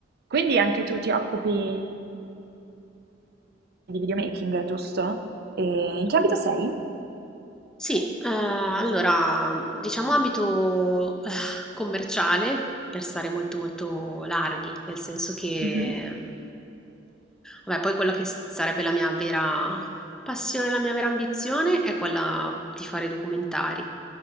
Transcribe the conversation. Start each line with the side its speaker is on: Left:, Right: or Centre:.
Right: Quindi anche tu ti occupi di videomaking, giusto? E in che ambito sei?
Centre: Sì, eh, allora diciamo ambito eh, commerciale per stare molto molto larghi, nel senso che
Right: Mh-mh,
Centre: mm, vabbè, poi quella che sarebbe la mia vera passione, la mia vera ambizione è quella di fare documentari